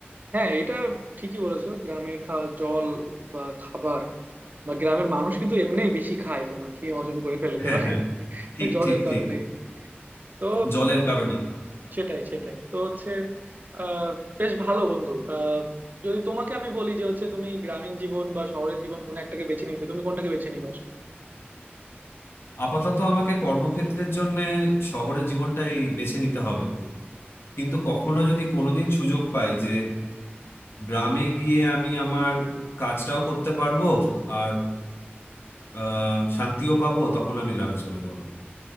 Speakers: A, on the right; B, on the left.
A: হ্যাঁ এটা ঠিকই বলেছো গ্রামে খাওয়া জল বা খাবার বা গ্রামের মানুষ কিন্তু এমনিই বেশি খায় তোমার খেয়ে হজম করে ফেলতে
B: হ্যাঁ
A: পারে
B: হ্যাঁ
A: <laughs>
B: ঠিক
A: ওই জলের
B: ঠিক
A: কারণেই
B: ঠিক
A: তো
B: জলের কারণেই
A: সেটাই সেটাই তো হচ্ছে আহ বেশ ভালো বন্ধু আহ যদি তোমাকে আমি বলি যে হচ্ছে তুমি গ্রামীণ জীবন বা শহরের জীবন কোন একটাকে বেছে নিতে তুমি কোনটাকে বেছে নিবা
B: আপাতত আমাকে কর্মক্ষেত্রের জন্য শহরের জীবনটাই বেছে নিতে হবে কিন্তু কখনো যদি কোনোদিন সুযোগ পাই যে গ্রামে গিয়ে আমি আমার কাজটাও করতে পারবো আর আহ, শান্তিও পাবো তখন আমি গ্রামে চলে যাবো